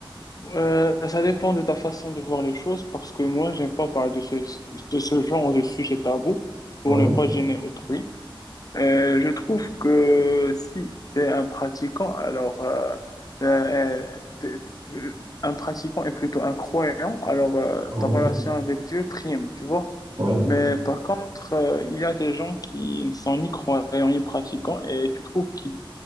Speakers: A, on the left; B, on the right.
A: euh, ça dépend de ta façon de voir les choses parce que moi, j'aime pas parler de ce, de ce genre de sujet tabou pour
B: Oui,
A: ne pas gêner autrui. Euh, je trouve que si t'es un pratiquant, alors, euh, euh, t'es- euh, un pratiquant est plutôt un croyant, alors euh,
B: oui,
A: ta relation avec Dieu prime, tu vois.
B: oui,
A: Mais par contre, euh, il y a des gens qui ne sont ni croyants ni pratiquants et tu trouves qu'ils